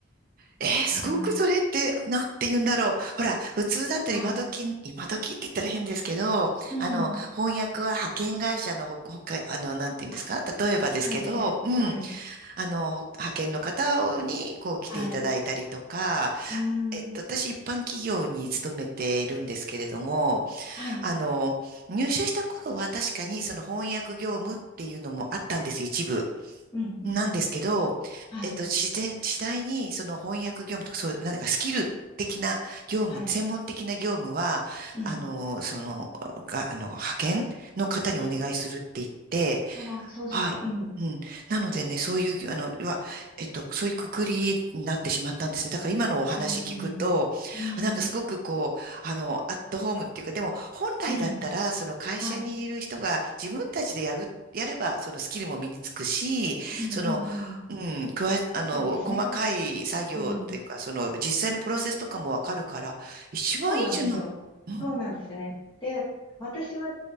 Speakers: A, on the right (about 45°); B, on the left (about 25°).
A: えー、すごくそれって、
B: あー、
A: なんて言うんだろう。ほら、普通だったら今時、
B: はい。
A: 今時って言ったら変ですけど、
B: うん。
A: あの、翻訳は派遣会社のほ、ほか、あの、なんて言うんですか例えばですけど、
B: あ、そうですね。
A: うん、
B: はい。
A: あの、ほ派遣の方に、こう、来ていただいたりとか、
B: はい。うん。
A: えっと、私、一般企業に勤めているんですけれども、
B: はい。
A: あの、入社した頃は確かに、その翻訳業務っていうのもあったんです、一部。
B: うん、うん。
A: なんですけど、
B: はい。
A: えっと、自然、次第にその翻訳業務とか、そういう、なんかスキル的な業務、
B: はい。
A: 専門的な業務は、
B: うん、
A: あの、その、が、あの、派遣の方にお願いするって言って、
B: うん。ああ、そうですか。
A: はい。
B: うん。
A: うん。なのでね、そういう、あの、要は、えっと、そういうくくりになってしまったんですね。だから今のお話聞くと、
B: うん。うん。
A: あなんかすごくこう、あの、アットホームっていうか、でも本来だったら、
B: うん。
A: その会社にいる人が自分たちでやる、
B: はい。
A: やれば、そのスキルも身につくし、
B: うん、
A: その、
B: うん、うん。
A: うん、くわ、あの、
B: そうですね。
A: 細かい作業っていうか、
B: うん。
A: その、実際のプロセスとかもわかるから、一番いいじゃない。
B: そうなんですよ。
A: うん、
B: そうなんですね。で、私は、